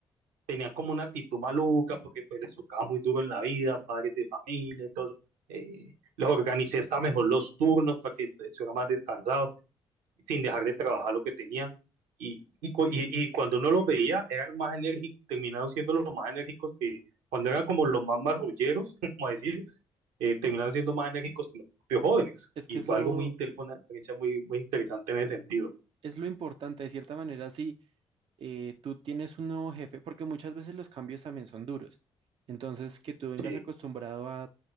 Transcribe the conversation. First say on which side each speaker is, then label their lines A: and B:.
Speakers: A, on the right (about 65°); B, on the right (about 40°).
A: tenían como una actitud maluca porque pues les tocaba muy duro en la vida, padres de familia, y todo. eso. Eh, les organicé hasta mejor los turnos para que estuvieran más descansados sin dejar de trabajar lo que tenían. Y, y, cu- y- y cuando uno los veía, eran más enérgicos, terminaron siendo los más enérgicos que cuando eran como los más marrulleros, <laughs> como decir, eh, terminaron siendo más enérgicos que los propios jóvenes.
B: es
A: Y
B: que es
A: fue
B: lo,
A: algo muy interesante, una experiencia muy, muy interesante en ese sentido.
B: es lo importante, de cierta manera, si eh, tú tienes un nuevo jefe, porque muchas veces los cambios también son duros. Entonces, que tú vengas
A: Sí,
B: acostumbrado a